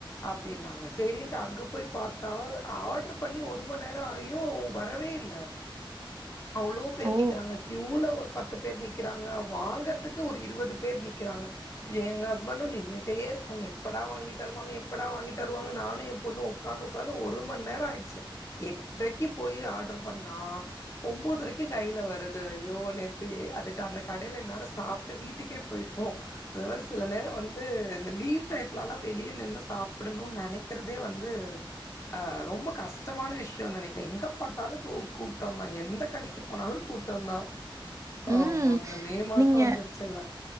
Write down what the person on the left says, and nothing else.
அப்டின்னாங்க சரின்ட்டு அங்க போய் பாத்தா ஆர்டர் பண்ணி ஒரு மணி நேரம் ஆயும் வரவே இல்லை அவ்ளோ பேர்
நிக்கிறாங்க கியூல ஒரு பத்து பேர் நீக்கிறாங்க வாங்கறதுக்கு ஒரு இருபது பேர் நிக்கிறாங்க எங்க ஹஸ்பண்ட நின்ட்டே இருக்காங்க எப்படா வாங்கிட்டு எப்படா வாங்கிதருவாங்க எப்படா வாங்கிதருவாங்க நானும் என் பொண்ணு உக்காந்து உக்காந்து ஒரு மணி நேரம் ஆயிடுச்சு எட்டரைக்கு போய் ஆர்டர் பண்ணா ஒம்போத்தறைக்கு கைல வருது ஐயோ நெத்தி அதுக்கு அந்த கடல இன்னேரம் சாப்பிட்டு வீட்டுகே போயிருப்போம் அத வேற சில நேரம் வந்து இந்த லீவ் டையாதுலலாம் வெளிய நின்னு சாப்பிடணும்னு நினைக்கிறதே வந்து அ ரொம்ப கஷ்டமான விஷயம்னு நினைக்கிறேன் எங்க பாத்தாலும் கூட்டம்தான் எந்த கடைக்கு போனாலும் கூட்டம் தான் ஆமா
அந்த மே மாசம்
வந்துருச்சுல்ல